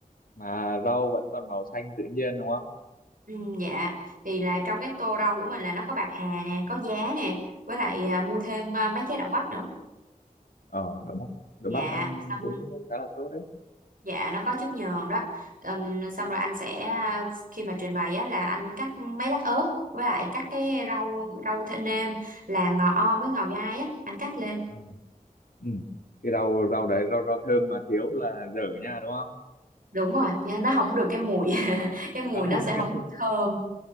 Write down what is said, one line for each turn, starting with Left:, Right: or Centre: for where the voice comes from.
Left: mà rau vẫn còn màu xanh tự nhiên đúng không
Right: ừ, dạ thì là trong cái tô rau của mình là nó có bạc hà nè có giá nè với lại à, mua thêm à, mấy trái đậu bắp nữa
Left: ờ đậu bắp đậu
Right: dạ
Left: bắp ăn
Right: xong
Left: cũng khá là tốt đấy
Right: dạ nó có chất nhờn đó Ừm, xong
Left: ờ
Right: rồi anh sẽ khi mà trình bày á là anh cắt mấy lát ớt với lại cắt cái rau rau thơm nêm là ngò om với ngò gai á anh cắt lên
Left: ờ. ừ cái rau rau đấy rau rau thơm mà thiếu là dở nha đúng không
Right: đúng rồi nha, nó không được cái mùi <laughs> cái mùi
Left: Ờ, <laughs>
Right: nó
Left: không
Right: sẽ
Left: thiếu
Right: không thơm